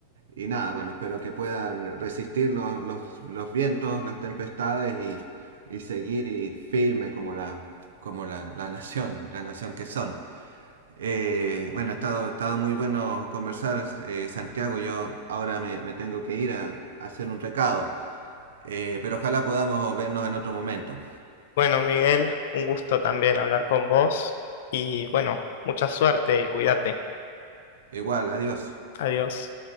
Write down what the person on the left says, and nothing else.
Bueno, Miguel, un gusto también hablar con vos y bueno, mucha suerte y cuídate.
Adiós.